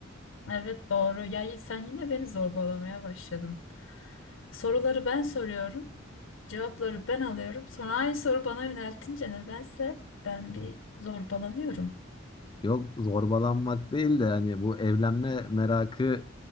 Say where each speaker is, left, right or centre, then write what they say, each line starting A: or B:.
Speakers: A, on the left; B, on the left.
A: Evet doğru. Ya y- sen yine beni zorbalamaya başladın. Soruları ben soruyorum. Cevapları ben alıyorum. Sonra aynı soru bana yöneltince nedense ben bir zorbalanıyorum.
B: Yok zorbalanmak değil de hani bu evlenme merakı